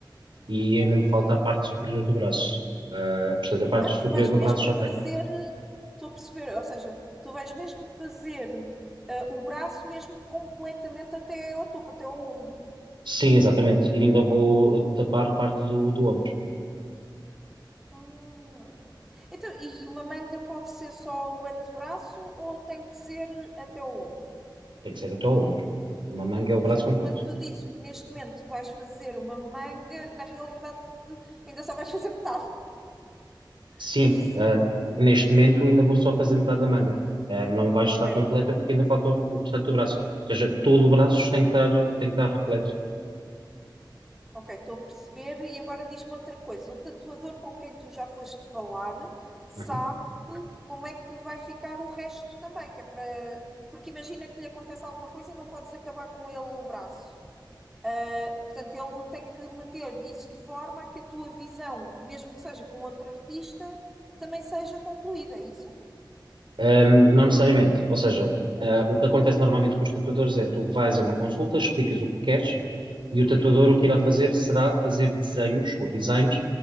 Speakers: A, on the right (about 80°); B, in the centre.
A: e
B: Ok.
A: ainda me falta a parte superior do braço. Ah, portanto, a parte
B: Ah, tu
A: superior
B: vais
A: do
B: mesmo
A: braço já
B: fazer.
A: tenho.
B: eh, Estou a perceber. Ou seja, tu vais mesmo fazer eh, o braço mesmo completamente até ao topo, até ao ombro.
A: Sim, exatamente. E ainda vou tapar parte do, do ombro.
B: Ah. Então, e uma manga pode ser só o antebraço ou tem que ser até ao ombro?
A: Tem que ser até ao ombro. Uma manga é o braço
B: Portanto,
A: completo.
B: quando tu dizes que neste momento vais fazer uma manga, na realidade ainda só vais fazer metade. <laughs>
A: Sim,
B: É isso.
A: ah, neste momento ainda vou só fazer metade da manga. Ah, não vai estar
B: Ok.
A: completa porque ainda falta o, o restante do braço. Ou seja, todo o braço tem que estar, tem que estar repleto.
B: Ok, estou a perceber. E agora diz-me outra coisa: o tatuador com quem tu já foste falar sabe
A: Uhum.
B: como é que vai ficar o resto também, que é para. Porque imagina que lhe acontece alguma coisa e não podes acabar com ele o braço. Ah, portanto, ele tem que meter isso de forma a que a tua visão, mesmo que seja com outro artista, também seja concluída, é isso?
A: Ah, não necessariamente. Ou seja,
B: Ok.
A: ah, o que acontece normalmente com os tatuadores é tu vais a uma consulta, explicas o que queres e o
B: Uhum,
A: tatuador o que irá fazer será fazer desenhos ou designs,